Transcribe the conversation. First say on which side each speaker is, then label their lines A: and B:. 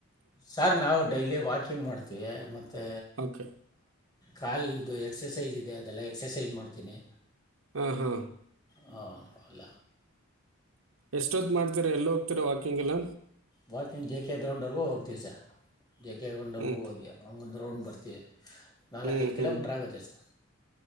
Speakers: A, on the left; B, on the right.
A: ಸರ್ ನಾವು ಡೈಲಿ ವಾಕಿಂಗ್ ಮಾಡ್ತೀವಿ ಮತ್ತು
B: ಓಕೆ
A: ಕಲ್ದು ಎಕ್ಸಸೈಜ ಇದೆ ಅದೆಲ್ಲ ಎಕ್ಸಸೈಜ ಮಾಡ್ತೀನಿ
B: ಹ ಹಾ
A: ಹ ಅಲ್ಲ
B: ಎಷ್ಟೊತ್ ಮಾಡ್ತಿೀರಾ ಎಲ್ಲೋ ಹೋಗ್ತೀರಾ ವಾಕಿಂಗ್ ಎಲ್ಲ
A: ವಾಕಿಂಗ್ ಜೆ ಕೆ ಗ್ರೌಂಡ್ವ್ರಗೂ ಹೋಗ್ತೀವಿ ಸರ್ ಜೆ ಕೆ ಗ್ರೌಂಡ್ವಿಗೂ
B: ಹ್ಞೂ
A: ಹೋಗಿ ಹಂಗೊಂದು ಗ್ರೌಂಡ್ ಬರ್ತೀವಿ ನಾಲ್ಕೈದು
B: ಹ್ಞೂ
A: ಕಿಲೋಮೀಟರ್್
B: ಹ್ಞೂ
A: ಆಗುತ್ತೆ ಸರ್